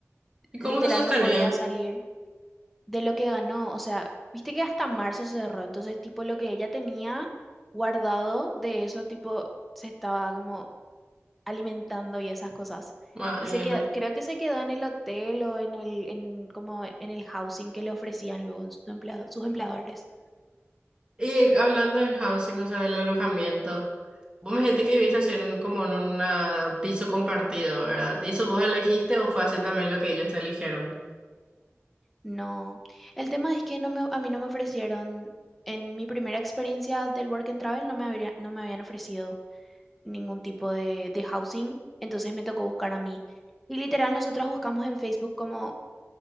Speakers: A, on the right; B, in the centre.
A: ¿Y
B: literal
A: cómo se sostenía?
B: no podía salir de lo que ganó. O sea, viste que hasta marzo se cerró. Entonces, tipo, lo que ella tenía guardado de eso, tipo, se estaba como alimentando y esas cosas.
A: Maena.
B: Y se qued- creo que se quedó en el hotel o en el, en, como en el housing que le ofrecían luego en su empleado- sus empleadores.
A: Y hablando del housing, o sea, del alojamiento, vos me dijiste que viviste así en un- como en una- un piso compartido, ¿verdad? ¿Y eso vos elegiste o fue así también lo que ellos te eligieron?
B: No, el tema es que no me, a mí no me ofrecieron, en mi primera experiencia del Work and Travel no me habría- no me habían ofrecido ningún tipo de, de housing, entonces me tocó buscar a mí. Y literal, nosotras buscamos en Facebook como